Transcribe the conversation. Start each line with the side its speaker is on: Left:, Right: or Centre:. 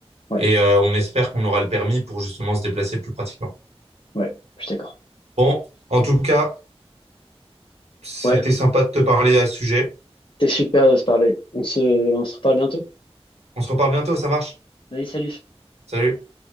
Left: Ouais,
Right: et euh, on espère qu'on aura le permis pour justement se déplacer plus pratiquement.
Left: ouais, je suis d'accord.
Right: Bon, en tout cas, c'était
Left: Ouais,
Right: sympa de te parler à ce sujet.
Left: C'était super de se parler. On se, on se reparle bientôt.
Right: On se reparle bientôt, ça marche?
Left: Allez, salut.
Right: Salut.